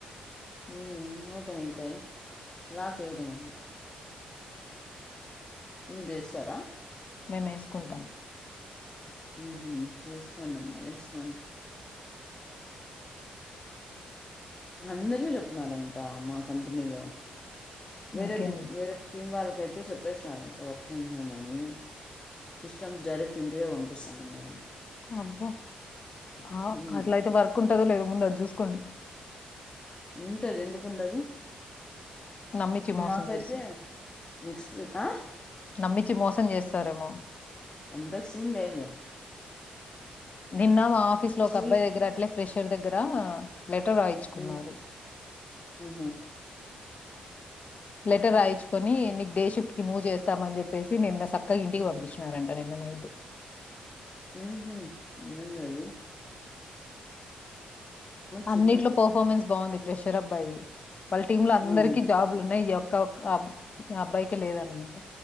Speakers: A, on the left; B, on the left.
A: మ్మ్ ఓపన్ ఐతాయి లాక్ ఎయ్ రు మేము మీదేస్తారా
B: మేమేసుకుంటాం
A: ఊహూ ఏసుకోండమ్మా ఏసుకోండ అందరికి చెప్పిన్నారంట మా కంపెనీలో వేరే
B: ఇంకేం
A: డిప్ వేరే టీమ్ వాళ్ళ కైతే చెప్ వేసినారంట వర్క్ ఫ్రమ్ హోమ్ అని సిస్టమ్స్ డైరెక్ట్ ఇంటికే పంపిస్తామన్నారంట.
B: అబ్బా ఆ
A: హ్మ్.
B: అట్లయితే వర్క్ ఉంటందో లేద ముందు అది చూసుకోండి
A: వింటది ఎందుకుండదు
B: నమ్మిచ్చి మోసం
A: మాకైతే
B: చేసి
A: నెక్స్ట్ వీ ఆ?
B: నమ్మిించి మోసం చేసారేమో
A: అంత సీన్ లేద్లే
B: నిన్న మా ఆఫీస్ లో ఒక అబ్బాయి
A: వీక్
B: దగ్గర అట్లే ఫ్రెషర్ దగ్గర లెటర్ రాయించుకున్నారు.
A: హ్మ్. ఆహా!
B: లెటర్ రాయించుకొని నీకు డే షిఫ్ట్ కి మూవ్ చేస్తామని చెప్పేసి నిన్న చక్కగా ఇంటికి పంపించినారంట నిన్న నైట్.
A: ఉ హుమ్ ఏంది అది
B: అన్నిట్లో
A: చూద్దాం.
B: పర్ఫార్మెన్స్ బాగుంది ఫ్రెషర్ అబ్బాయి వాళ్ళ టీమ్ లో అందరికీ
A: ఆహా!
B: జాబ్లు ఉన్నయి యో తోప్ అబ్ ఆ అబ్బాయికి లేదనమాట